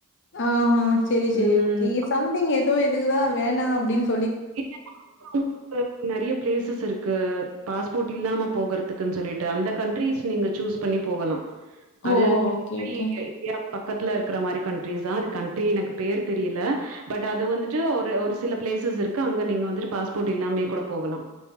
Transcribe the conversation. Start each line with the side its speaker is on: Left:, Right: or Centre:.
Left: ஆ சேரி சேரி
Right: ம்
Left: ஓகே சம்திங் ஏதோ இதுக்குதா வேணா அப்டின்
Right: இல்ல <unintelligible> நெறைய பிளேசஸ் இருக்கு பாஸ் போட் இல்லாம போகறதுக்குன் சொல்லிட்டு அந்த கண்ட்ரிஸ் நீங்க சூஸ் பண்ணி போகலாம் அது
Left: ஓ!
Right: வந்து
Left: ஓகே, ஓகே.
Right: இந்தியா ப பக்கத்துல இருக்கற மாரி கண்ட்ரிஸ் தான் அது கண்ட்ரி எனக்கு பேர் தெரியல பட் அது வந்துட்டு ஒரு ஒரு சில பிளேசஸ் இருக் க அங்க நீங்க வந்துட்டு பாஸ்போர்ட் இல்லாமயே கூட போகலாம்